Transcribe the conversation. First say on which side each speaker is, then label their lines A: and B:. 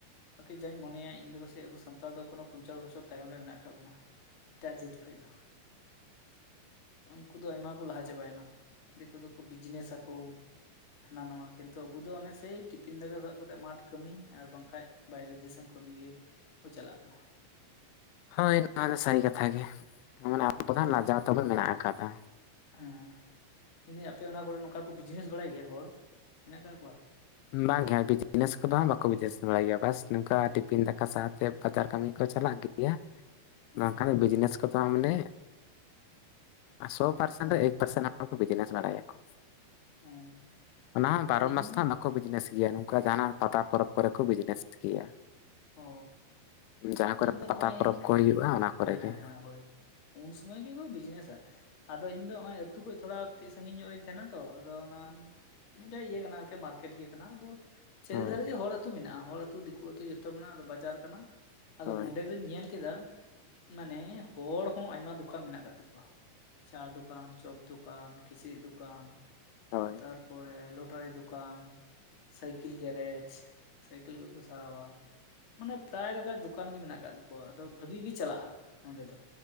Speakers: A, on the left; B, on the left.
A: ᱟᱨᱠᱤ ᱡᱟᱧ ᱢᱚᱱᱮᱭᱟ ᱤᱧ ᱫᱚ ᱯᱟᱥᱮᱡ ᱟᱵᱚ ᱥᱟᱱᱛᱟᱲ ᱫᱚ ᱮᱠᱷᱚᱱᱳ ᱯᱚᱧᱪᱟᱥ ᱵᱚᱪᱷᱚᱨ ᱛᱟᱭᱚᱢ ᱨᱮ ᱢᱮᱱᱟᱜ ᱟᱠᱟᱜ ᱵᱚᱱᱟ ᱮᱴᱟᱜ ᱡᱟᱹᱛ ᱠᱷᱚᱡ ᱫᱚ
B: <inaudible>
A: ᱩᱱᱠᱩ ᱫᱚ ᱟᱭᱢᱟ ᱠᱩ ᱞᱟᱦᱟ ᱪᱟᱵᱟᱭᱮᱱᱟ ᱫᱤᱠᱩ ᱫᱚ ᱵᱤᱡᱽᱱᱮᱥ ᱟᱠᱚ ᱦᱟᱱᱟ ᱱᱚᱣᱟ ᱠᱤᱱᱛᱩ ᱟᱵᱚ ᱫᱚ ᱚᱱᱮ ᱥᱮᱭ ᱴᱤᱯᱷᱤᱱ ᱫᱟᱠᱟ ᱥᱟᱵ ᱠᱟᱛᱮ ᱢᱟᱴᱷ ᱠᱟᱹᱢᱤ ᱟᱨ ᱵᱟᱝᱠᱷᱟᱡ ᱵᱟᱭᱨᱮ ᱫᱤᱥᱚᱢ ᱠᱟᱹᱢᱤ ᱜᱮ ᱠᱚ ᱪᱟᱞᱟᱜ ᱠᱟᱱᱟ
B: ᱦᱳᱭ ᱱᱚᱣᱟ ᱫᱚ ᱥᱟᱹᱨᱤ ᱠᱟᱛᱷᱟ ᱜᱮ ᱢᱟᱱᱮ ᱟᱵᱚ
A: ᱦᱮᱸ ᱢᱮᱱᱫᱟᱹᱧ
B: ᱫᱚ ᱞᱟᱡᱟᱣ ᱛᱟᱵᱚᱱ ᱢᱮᱱᱟᱜ ᱟᱠᱟᱫᱟ
A: ᱦᱮᱸ ᱦᱮᱸ ᱢᱮᱱᱫᱟᱹᱧ ᱟᱯᱮ ᱚᱱᱟ ᱠᱚᱨᱮ ᱱᱚᱝᱠᱟ ᱠᱚ ᱵᱤᱡᱽᱱᱮᱥ ᱵᱟᱲᱟᱭ ᱜᱮᱭᱟ ᱦᱚᱲ ᱢᱮᱱᱟᱜ ᱟᱠᱟᱜ ᱠᱚᱣᱟ?
B: ᱵᱟᱝ ᱜᱮ ᱵᱤᱡᱽᱱᱮᱥ ᱠᱚᱫᱚ ᱦᱟᱜ ᱵᱟᱠᱚ ᱵᱤᱡᱽᱱᱮᱥ ᱵᱟᱲᱟᱭ ᱜᱮᱭᱟ ᱵᱟᱥ ᱱᱚᱝᱠᱟ ᱴᱤᱯᱷᱤᱱ ᱫᱟᱠᱟ ᱥᱟᱣᱛᱮ ᱵᱟᱡᱟᱨ ᱠᱟᱹᱢᱤ ᱠᱚ ᱪᱟᱞᱟᱜ ᱜᱮᱭᱟ
A: ᱦᱩᱸ
B: ᱵᱟᱝᱠᱷᱟᱱ ᱵᱤᱡᱽᱱᱮᱥ ᱠᱚᱫᱚ ᱦᱟᱜ ᱢᱟᱱᱮ ᱥᱚ
A: ᱚ
B: ᱯᱟᱨᱥᱮᱱᱴ
A: ᱠᱚᱢ
B: ᱨᱮ ᱮᱠ
A: ᱜᱮ
B: ᱯᱟᱨᱥᱮᱱᱴ ᱵᱤᱡᱽᱱᱮᱥ ᱵᱟᱲᱟᱭᱟᱠᱚ
A: ᱦᱩᱸ
B: ᱚᱱᱟ ᱦᱚᱸ ᱵᱟᱨᱚ
A: ᱟᱫᱚ
B: ᱢᱟᱥ
A: ᱤᱧ
B: ᱫᱚ ᱵᱟᱠᱚ ᱵᱤᱡᱽᱱᱮᱥ ᱜᱮᱭᱟ ᱱᱚᱝᱠᱟ ᱡᱟᱦᱱᱟᱜ ᱯᱟᱛᱟ ᱯᱚᱨᱚᱵᱽ ᱠᱚᱨᱮ ᱠᱚ ᱵᱤᱡᱽᱱᱮᱥ ᱜᱮᱭᱟ
A: ᱚ
B: ᱡᱟᱦᱟᱸ ᱠᱚᱨᱮ
A: ᱤᱧ ᱫᱚ
B: ᱯᱟᱛᱟ
A: ᱱᱚᱜᱼᱚᱭ
B: ᱯᱚᱨᱚᱵᱽ ᱠᱚ ᱦᱩᱭᱩᱜᱼᱟ ᱚᱱᱟ ᱠᱚᱨᱮ
A: ᱦᱳᱭ
B: ᱜᱮ
A: ᱦᱮᱸ ᱦᱮᱸ ᱦᱳᱭ ᱩᱱ ᱥᱚᱢᱚᱭ ᱜᱮ ᱠᱚ ᱵᱤᱡᱽᱱᱮᱥᱟ ᱟᱫᱚ ᱤᱧ ᱫᱚ ᱦᱚᱜ-ᱚᱭ ᱟᱹᱛᱩ ᱠᱷᱚᱡ ᱫᱚ ᱛᱷᱚᱲᱟ ᱠᱟᱹᱴᱤᱡ ᱥᱟᱹᱜᱤᱧ ᱧᱚᱜ ᱨᱤᱧ ᱛᱟᱦᱮᱸᱱᱟ ᱛᱚ ᱟᱫᱚ ᱚᱱᱟ ᱢᱤᱫᱴᱮᱡ ᱤᱭᱟᱹ ᱠᱟᱱᱟ ᱟᱨᱠᱤ ᱢᱟᱨᱠᱮᱴ ᱜᱮ ᱠᱟᱱᱟ ᱟᱫᱚ ᱪᱟᱹᱨᱤᱫᱷᱟᱨᱮ
B: ᱦᱳᱭ
A: ᱜᱮ ᱦᱚᱲ ᱟᱹᱛᱩ ᱢᱮᱱᱟᱜᱼᱟ ᱦᱚᱲ ᱟᱹᱛᱩ ᱫᱤᱠᱩ ᱟᱹᱛᱩ ᱡᱚᱛᱚ ᱢᱮᱱᱟᱜᱼᱟ ᱟᱫᱚ ᱵᱟᱡᱟᱨ ᱠᱟᱱᱟ ᱟᱫᱚ
B: ᱦᱳᱭ
A: ᱱᱚᱸᱰᱮ ᱟᱫᱚᱧ ᱧᱮᱞ ᱠᱮᱫᱟ ᱢᱟᱱᱮ ᱦᱚᱲ ᱦᱚᱸ ᱟᱭᱢᱟ ᱫᱚᱠᱟᱱ ᱢᱮᱱᱟᱜ ᱠᱟᱫ ᱛᱟᱠᱚᱣᱟ ᱪᱟ ᱫᱚᱠᱟᱱ, ᱪᱚᱯ ᱫᱚᱠᱟᱱ, ᱠᱤᱪᱨᱤᱡ ᱫᱚᱠᱟᱱ
B: ᱦᱳᱭ
A: ᱛᱟᱨᱯᱚᱨᱮ ᱞᱚᱴᱟᱨᱤ ᱫᱚᱠᱟᱱ ᱥᱟᱭᱠᱮᱞ ᱜᱮᱨᱮᱡᱽ ᱥᱟᱭᱠᱮᱞ ᱠᱚ ᱠᱚ ᱥᱟᱨᱟᱣᱟ ᱢᱟᱱᱮ ᱯᱨᱟᱭ ᱞᱮᱠᱟ ᱫᱚᱠᱟᱱ ᱜᱮ ᱢᱮᱱᱟᱜ ᱟᱠᱟᱜ ᱛᱟᱠᱚᱣᱟ ᱟᱫᱚ ᱵᱷᱟᱜᱤ ᱜᱮ ᱪᱟᱞᱟᱜᱼᱟ ᱱᱚᱸᱰᱮ ᱫᱚ